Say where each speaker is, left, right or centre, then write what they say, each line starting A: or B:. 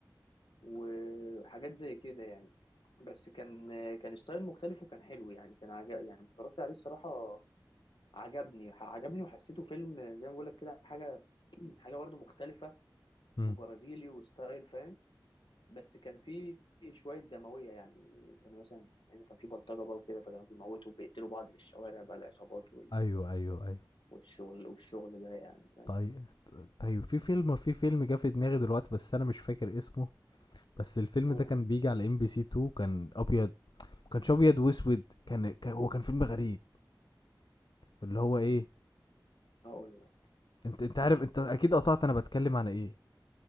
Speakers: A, on the left (about 90°); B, on the left (about 70°).
A: وحاجات زي كده يعني بس كان كان ستايل مختلف وكان حلو يعني كان عجب يعني لما اتفرجت عليه الصراحة عجبني عجبني وحسيته فيلم زي ما بقول لك كده حاجة <clears throat> حاجة برضه مختلفة
B: امم
A: وبرازيلي وستايل فاهم بس كان فيه شوية دموية يعني كان مثلا يعني كان فيه بلطجة بقى وكده فكانوا بيموتوا وبيقتلوا بعض في الشوارع بقى العصابات وال-
B: ايوه ايوه ايوه
A: والشغل والشغل ده يعني فاهم
B: طيب طيب في فيلم في فيلم جه في دماغي دلوقتي بس انا مش فاكر اسمه بس الفيلم
A: قول
B: ده كان بيجي على ام بي سي 2 كان ابيض ما كانش ابيض واسود كان كان- هو كان فيلم غريب اللي هو ايه
A: هقول
B: انت انت عارف انت اكيد قطعت انا بتكلم عن ايه